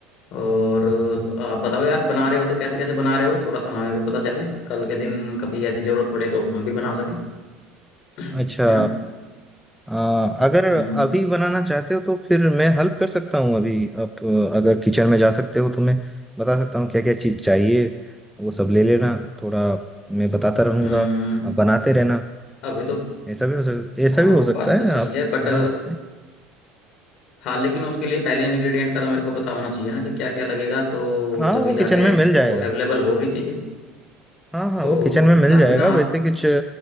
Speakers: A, on the left; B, in the centre.
A: और अ, आप बताओ यार बना रहे हो तो कैसे कैसे बना रहे हो थोड़ा सा हमें भी पता चले कल के दिन कभी ऐसी ज़रूरत पड़े तो हम भी बना सकें <clears throat>
B: अच्छा
A: है ना
B: अ, अगर
A: हम्म
B: अभी बनाना चाहते हो तो फिर मैं हेल्प कर सकता हूँ अभी आप अ, अगर किचन में जा सकते हो तो मैं बता सकता हूँ क्या क्या चीज़ चाहिए वो सब ले लेना थोड़ा मैं बताता रहूँगा
A: हम्म
B: आप बनाते रहना
A: अभी तो
B: ऐसा भी हो सक ऐसा
A: हाँ
B: भी
A: वो
B: हो सकता
A: बात
B: है
A: तो सही
B: आप
A: है बट
B: बना सकते हैं
A: हाँ लेकिन उसके लिए पहले इंग्रेडिएंट का तो मेरे को पता होना चाहिए ना कि क्या क्या लगेगा तो
B: हाँ
A: तभी
B: वो
A: जाके
B: किचन में मिल जाएगा
A: वो अवेलेबल होगी चीज़ें
B: हाँ हाँ
A: तो
B: वो किचन में मिल
A: अभी
B: जाएगा
A: ना
B: वैसे
A: आप
B: कुछ